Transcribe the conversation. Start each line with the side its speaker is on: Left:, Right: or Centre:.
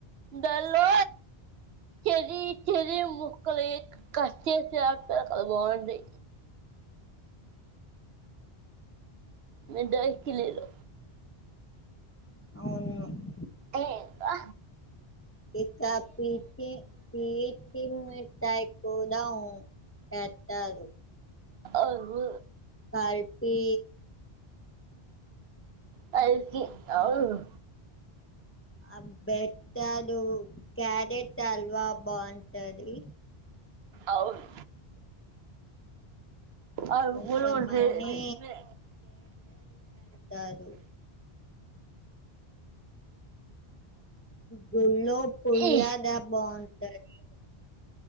Right: దాంట్లో చ చరి ముక్కలే కట్ చేస్తే అయిపోతది కదా అండి మీ డైకి లేదు
Left: అవును
Right: ఏ బా
Left: ఇకా పీచే పీచు మిఠాయి కుదా ఉ పెట్టాడు
Right: అవును
Left: కల్టీ
Right: పైకి అవును
Left: ఆ బేట్టడు క్యారెట్ హల్వా బావుంటది
Right: అవున్ అవి
Left: కొంతమంది
Right: గుడ ఉంటాయ్ నేనె
Left: రాదు గుడ్లో పులిహార
Right: ఈ
Left: బావుంటది